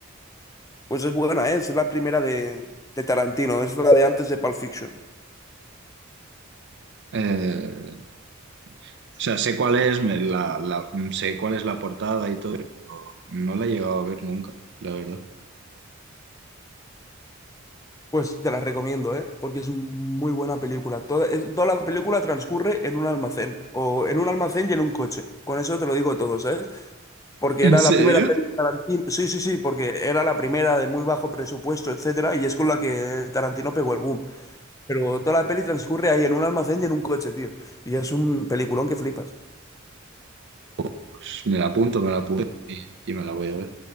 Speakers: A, on the left; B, on the right.
A: Pues es buena, ¿eh? Es la primera de, de Tarantino, es la de antes de Pulp Fiction.
B: Eh, o sea, sé cuál es, me- la, la- sé cuál es la portada y todo, pero no la he llegado a ver nunca, la verdad.
A: Pues te las recomiendo, ¿eh? Porque es muy buena película. Toda, es- toda la película transcurre en un almacén, o en un almacén y en un coche. Con eso te lo digo todo, ¿sabes? Porque
B: ¿En
A: era
B: serio?
A: la primera peli de Tarantino. Sí, sí, sí, porque era la primera de muy bajo presupuesto, etcétera, y es con la que Tarantino pegó el boom. Pero toda la peli transcurre ahí en un almacén y en un coche, tío. Y es un peliculón que flipas.
B: Pues me la apunto, me la apunto y, y me la voy a ver.